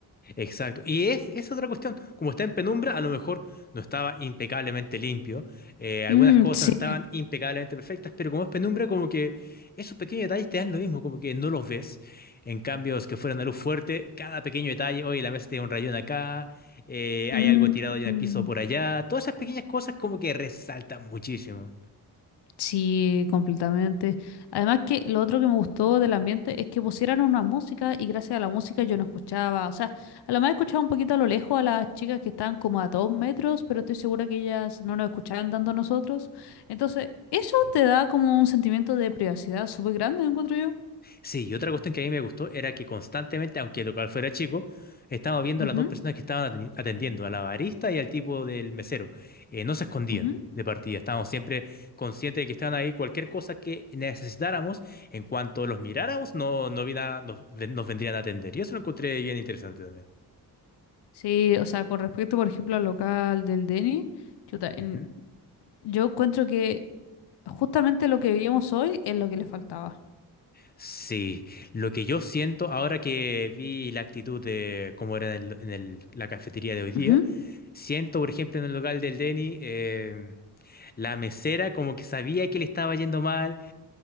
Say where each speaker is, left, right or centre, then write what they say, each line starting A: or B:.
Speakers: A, on the left; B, on the left.
A: Exacto. Y es, es otra cuestión. Como está en penumbra, a lo mejor no estaba impecablemente limpio. eh, algunas
B: Mm,
A: cosas
B: sí.
A: no estaban impecablemente perfectas, pero como es penumbra, como que esos pequeños detalles te dan lo mismo, como que no los ves. En cambios que fueran a luz fuerte, cada pequeño detalle, oye, la mesa tiene un rayón acá, eh,
B: Mm,
A: hay algo tirado en el
B: mm.
A: piso por allá. Todas esas pequeñas cosas como que resaltan muchísimo.
B: Sí, completamente. Además que lo otro que me gustó del ambiente es que pusieran una música y gracias a la música yo no escuchaba, o sea, a lo más escuchaba un poquito a lo lejos a las chicas que estaban como a dos metros, pero estoy segura que ellas no nos escuchaban tanto a nosotros. Entonces, eso te da como un sentimiento de privacidad súper grande, encuentro yo.
A: Sí, y otra cuestión que a mí me gustó era que constantemente, aunque el local fuera chico, estábamos viendo
B: Ujú,
A: a las dos personas que estaban atendi- atendiendo, a la barista y al tipo del mesero. Eh, no se escondían
B: ujú.
A: de partida, estábamos siempre conscientes de que estaban ahí. Cualquier cosa que necesitáramos, en cuanto los miráramos, no, no vina- nos, nos vendrían a atender. Y eso lo encontré bien interesante
B: Sí, o sea, con respecto, por ejemplo, al local del Denny, chuta,
A: también.
B: en- yo encuentro que justamente lo que vivimos hoy es lo que le faltaba.
A: Sí, lo que yo siento ahora que vi la actitud de cómo era en, el- en el- la cafetería de hoy día,
B: Ujú.
A: siento, por ejemplo, en el local del Denny, eh, la mesera como que sabía que le estaba yendo mal,